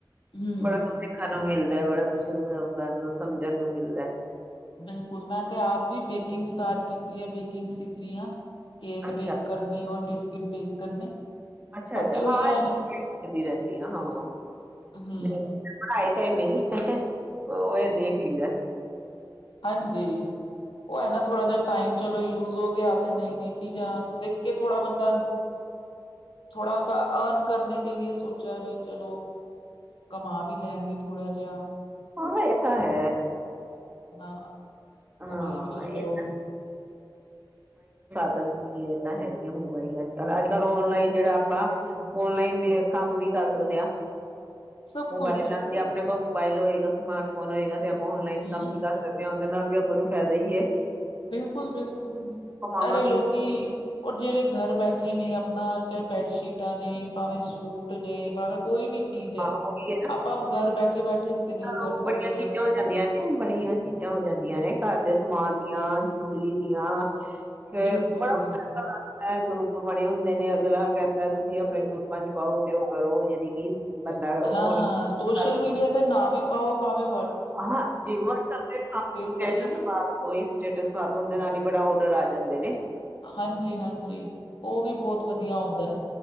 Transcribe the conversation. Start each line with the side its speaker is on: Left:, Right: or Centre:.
Left: ਹੂੰ
Right: ਬੜਾ ਕੁਛ ਸਿੱਖਣ ਨੂੰ ਮਿਲਦਾ ਬੜਾ ਕੁਛ ਲੋਕਾਂ ਨੂੰ ਸਮਝਣ ਨੂੰ ਮਿਲਦਾ
Left: ਬਿਲਕੁਲ ਮੈਂ ਤੇ ਆਪ ਵੀ ਬੇਕਿੰਗ ਸਟਾਰਟ ਕੀਤੀ ਹੈ ਬੇਕਿੰਗ ਸਿੱਖ ਰਹੀ ਹਾਂ ਕੇਕ
Right: ਅੱਛਾ
Left: ਬੇਕ ਕਰਨੇ ਰ ਬਿਸ ਕੀ ਬੇਕ ਕਰਨੇ
Right: ਅੱਛਾ
Left: ਬਾਕੀ
Right: ਅੱਛਾ ਹਾਂ
Left: ਉਹੀ ਹੈ
Right: ਰਹਿੰਦੀ ਆ ਹਾਂ
Left: ਹੂੰ
Right: ਪੜ੍ਹਾਏ ਚੇ ਨਹੀਂ ਉਹ ਇਹ ਦੇਖ ਲਦਾਾ
Left: ਹਾਂਜੀ ਉਹ ਹੈ ਨਾ ਥੋੜਾ ਜਹਾ ਟਾਈਮ ਚਲੋ ਯੂਜ ਹੋ ਕੇ ਆ ਤੇ ਨਹੀਂ ਨਹੀਂ ਚੀਜ਼ਾਂ ਸਿੱਖ ਕੇ ਥੋੜਾ ਬੰਦਾ ਥੋੜਾ ਅਰਨ ਕਰਨੇ ਕੇ ਲੀਏ ਸੋਚਾ ਹੈ ਬਾਈ ਚਲੋ ਕਮਾ ਵੀ ਲੈਗੇ ਥੋੜਾ ਜਿਹਾ
Right: ਹਾਂ ਇਹ ਤਾਂ ਹੈ
Left: ਹਾਂ
Right: ਹਾਂ
Left: ਕਮਾਈ ਵੀ ਹੋ
Right: ਇਹ
Left: ਜਾਊਗੀ
Right: ਪ ਇਹ ਤਾਂ ਹੈ ਹੀ ਆ ਮੋਬਾਈਲ ਅੱਜ ਕੱਲ ਅੱਜ ਕੱਲ ਓਨਲਾਈਨ ਜਿਹੜਾ ਆਪਾਂ ਓਨਲਾਈਨ ਵੀ ਕੰਮ ਵੀ ਕਰ ਸਕਦੇ ਆ
Left: ਸਭ
Right: ਮੋਬਾਇਲ
Left: ਕੁਛ
Right: ਨਾਲ ਦੀ ਆਪਣੇ ਅਪਣਾ ਮੋਬਾਇਲ ਹੋਏਗਾ, ਸਮਾਰਟਫੋਨ ਹੋਏਗਾ ਤੇ ਆਪ ਔਨਲਾਈਨ
Left: ਹੂੰ
Right: ਕੰਮ ਵੀ ਕਰ ਸਕਦੇ ਹਾਂ, ਉਹਦੇ ਨਾਲ ਵੀ ਉਹਨੂੰ ਫਾਇਦਾ ਹੀ ਏ।
Left: ਬਿਲਕੁਲ, ਬਿਲਕੁਲ
Right: ਕਮਾਵਾਂਗੇ
Left: ਅਰੇ ਲੋਕੀ
Right: ਹੀ
Left: ਉਹ ਜਿਹੜੇ ਘਰ ਬੈਠੇ ਨੇ ਆਪਣਾ ਚਾਹੇ ਬੈਡਸ਼ੀਟਾਂ ਨੇ ਭਾਵੇਂ ਸੂਟ ਨੇ ਭਾਵੇਂ ਕੋਈ ਵੀ ਚੀਜ਼ ਹੈ
Right: ਹਾਂ ਉਹੀ ਹੈ ਨਾ
Left: ਆਪਾਂ ਘਰ ਬੈਠੇ ਬੈਠੇ ਸੇਲ ਕਰ
Right: ਹੋਰ
Left: ਸਕਦੇ
Right: ਬੜੀਆਂ ਚੀਜ਼ਾਂ
Left: ਹਾਂ
Right: ਹੋ ਜਾਂਦੀਆਂ ਨੇ, ਬੜੀਆਂ ਚੀਜ਼ਾਂ ਹੋ ਜਾਂਦੀਆਂ ਨੇ, ਘਰ ਦੇ ਸਮਾਨ ਦੀਆਂ ਹੋਲੀ ਦੀਆਂ ਫਿਰ
Left: ਬਿਲਕੁਲ
Right: ਬੜਾ ਕੁਛ ਗਰੁੱਪ ਬਣੇ ਹੁੰਦੇ ਨੇ। ਅਗਲਾ ਕਹਿੰਦਾ, ਤੁਸੀਂ ਆਪਣੇ ਗਰੁੱਪਾਂ ਚ ਖਾਉ ਤੇ ਉਹ ਕਰੋ ਯਾਨੀ ਕਿ ਬੰਦਾ ਔਨਲਾਈਨ
Left: ਹਾਂ, ਸੋਸ਼ਲ
Right: ਕਰ
Left: ਮੀਡੀਆ ਤੇ ਨਾ ਵੀ ਪਾਉ ਭਵੇੇ
Right: ਹਾਂਜੀ ਵੱਟਸਅੱਪ
Left: ਕਰੀਏ
Right: ਤੇ
Left: ਨਾ
Right: ਕੋਈ ਸਟੇਟਸ ਪਾ ਦਿਉ, ਉਹ ਦੇ ਨਾਲ ਬੜੇ ਆਰਡਰ ਆ ਜਾਂਦੇ ਨੇ।
Left: ਹਾਂਜੀ ਹਾਂਜੀ ਉਹ ਵੀ ਬਹੁਤ ਵਧੀਆ ਹੁੰਦਾ ਹੈ।